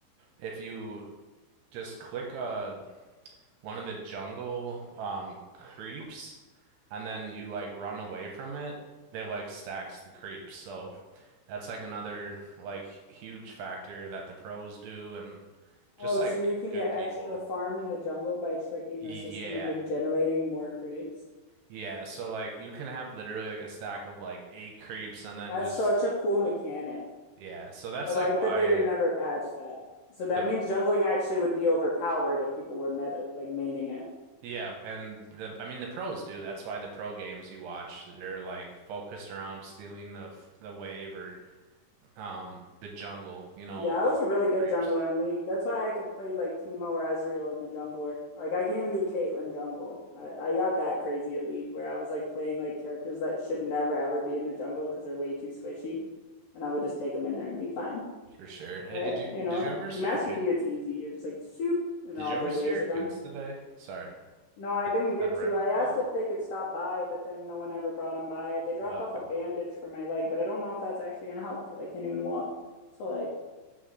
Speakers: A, on the right (about 75°); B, on the left (about 70°).
A: if you just click uh one of the jungle um creeps and then you like run away from it, they like stacks the creeps. So that's like another like huge factor that the pros do and Just
B: oh,
A: like
B: so you
A: g-
B: can
A: good
B: get
A: people.
B: extra farm in the jungle by tricking
A: Yeah.
B: the system into generating more creeps.
A: Yeah. So like you can have literally like a stack of like eight creeps and then
B: That's
A: just
B: such a cool mechanic.
A: yeah. So that's
B: I like
A: like why
B: that they
A: it,
B: didn't ever patch that. So that
A: the
B: means jungling actually would be overpowered if people were meta like maining it.
A: yeah, and the I mean the pros do. That's why the pro games you watch, they're like focused around stealing the f- the wave or um the jungle, you know,
B: Yeah,
A: of
B: I was a really good
A: creeps.
B: jungler in League. That's why I could play like Teemo or Ezreal in the jungle, or like I can even do Caitlyn jungle. I, I got that crazy at League where I was like playing like characters that should never ever be in the jungle because they're way too squishy, and I would just take them in there and be fine.
A: For sure. Hey,
B: Right?
A: did you
B: You know,
A: did you ever
B: like
A: see
B: Master
A: your kid?
B: Yi, it's easy. You're just like shoop, and
A: Did
B: all
A: you
B: the
A: ever see
B: waves
A: your
B: are gone.
A: kids today? Sorry.
B: No, I
A: I
B: didn't
A: just
B: get
A: had a
B: to.
A: random
B: I asked
A: thought.
B: if they could stop by, but then no one ever brought them by. They dropped
A: Oh,
B: off
A: okay.
B: a bandage for my leg, but I don't know if that's actually gonna help because I can't even walk. So like,